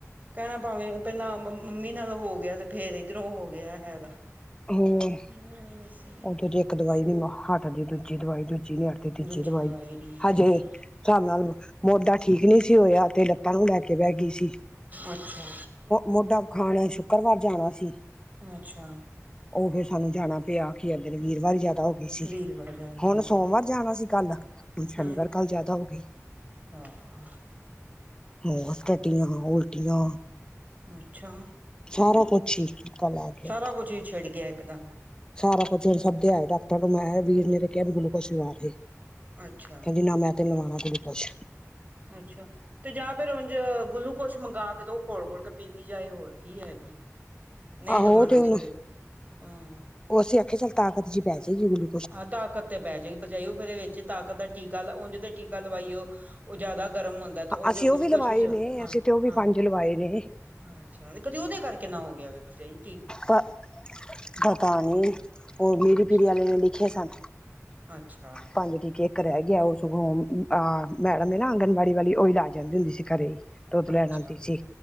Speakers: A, on the right (about 30°); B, on the left (about 15°).
A: ਕਹਿਣਾ ਪਾਵੇਂ ਪਹਿਲਾਂ ਮੰਮੀ ਨਾਲ ਹੋ ਗਿਆ ਤੇ ਫੇਰ ਇੱਧਰੋਂ ਹੋ ਗਿਆ ਹੈਗਾ
B: ਹ
A: ਹਮ
B: ਉਹ ਇੱਕ ਦਵਾਈ ਵੀ ਹਟਦੀ ਦੂਜੀ ਦਵਾਈ ਦੂਜੀ ਨ ਹਟਦੀ ਤੀਜੀ
A: ਦੂਜੀ
B: ਦਵਾਈ
A: ਨੀ
B: ਹਜੇ
A: ਹੈਗੀ।
B: ਹਿਸਾਬ ਨਾਲ ਮੋਢਾ ਠੀਕ ਨੀ ਸੀ ਹੋਇਆ ਤੇ ਲੱਤਾਂ ਨੂੰ ਲੈ ਕੇ ਬਹਿ ਗਈ ਸੀ
A: ਅੱਛਾ,
B: ਮੋਢਾ ਖਾਣ ਅੱਕਰਵਾਰ ਜਾਣਾ ਸੀ
A: ਅੱਛਾ
B: ਉਹ ਫੇਿਰ ਸਾਨੂੰ ਜਾਣਾ ਪਿਆ ਜਾਂਦੇ ਨੇ ਵੀਰਵਾਰ ਜਿਆਦਾ ਹੋ ਗਈ ਸੀ
A: ਵੀਰਵਾਰ ਜਾਣਾ
B: ਹੁਣ
A: ਮੰਮੀ
B: ਸੋਮਵਾਰ ਜਾਣਾ ਸੀ ਕੱਲ ਸ਼ਨੀਵਾਰ
A: ਹੂੰ।
B: ਕੱਲ ਜਿਆਦਾ ਹੋਗੀਈ
A: ਹਾਂ
B: ਹੋਰ ਟੱਟੀਆਂ ਉਲਟੀਆਂ
A: ਅੱਛਾ
B: ਸਾਰਾ ਕੁਛ ਹੀ ਲੈ ਗਿਆ
A: ਸਾਰਾ ਕੁਝ ਛਿਡ ਗਿਆ ਇੱਕਦਮ
B: ਸਾਰਾ ਕੁੱਝ ਹੁਣ ਸੱਦੇਿਆਇਆ ਡਾਟਰਾਂ ਨੂੰ ਮੈਂ ਵੀਰ ਨੇ ਤੇ ਕਿਹਾ ਗਲੂਕੋਜ ਲਵਾ ਦੇ
A: ਅੱਛਾ
B: ਕਹਿੰਦੀ ਨਾ ਮੈਂ ਤੇ ਲਵਾਉਣਾ ਗੁਲਗੋਸ਼
A: ਅੱਛਾ ਤੇ ਜ ਫੇ ਗਲੂਕ ਕੁੱਛ ਮੰਗਵਾ ਕੇ ਤ ਉਹ ਘੋਲ ਘੋਲ ਕੇ ਪੀਵ ਜਾਏ ਹੋਰ ਕੀ ਹੈਗੀ ਨਹੀਂਹੀ
B: ਆਹੋ
A: ਲਵਾਣਾ ਸੁ
B: ਹੁਣ
A: ਤੇ ਹਾਂ
B: ਉਹ ਅਸੀਂ ਆਖਿਆ ਚੱਲ ਤਾਕਤ ਜੀ ਪੈ ਜਾਏਗੀ ਗਲੂ
A: ਹਾਂ ਤਾਕਤ ਪੈ ਜਾਏਗੀ ਬਚਾਈਓ ਫਿਰ ਵਿੱਚ ਤਾਕਤ ਦਾ ਟੀਕਾ ਉਂਝ ਤੇ ਟੀਕਾ ਲਵਾਈਓ ਉਹ ਜ ਜ਼ਿਆਦਾ ਗਰਮ ਹੁੰਦਾ ਉਝ
B: ਅਸੀਂ
A: ਗਲੂਕੋਸ਼
B: ਉਹ ਵੀ ਲਵਾਏ
A: ਚ
B: ਨੇ
A: ਹਾਂ
B: ਅਸੀਂ ਤੇ ਉਹ ਵੀ
A: ਹਾਂ
B: ਪੰਜ ਲਵਾਏ ਨੇ
A: ਅੱਛਾ ਤੇ ਕਦੇ ਉਹਦੇ ਕਰਕੇ ਨਾ ਹੋ ਗਿਆ ਵ ਪਰਜਾਈ
B: ਪਤਾ ਨਹੀਂੀ ਉਹ ਮੀਰੀ
A: ਅੱਛਾ
B: ਪੀਰੀ ਵਾਲੇ ਨੇ ਲਿਖੇ ਸਨ
A: ਅੱਛਾ
B: ਪੰਜ ਕੀ ਕੇ ਇੱਕ ਰਹਿ ਗਿਆ ਉਹ ਸਗੋਂ ਅਹ ਮੈਡਮ ਹੈ ਨਾ ਆਂਗਨਵਾੜੀ ਵਾਲੀ ਹੀ ਲਾ ਜਾਂਦੀ ਹੁੰਦੀ ਸੀ ਘਰੇ ਹੀ ਦੁੱਧ ਲੈਣ
A: ਅੱਛਾ
B: ਆਉਂਦੀ ਸੀ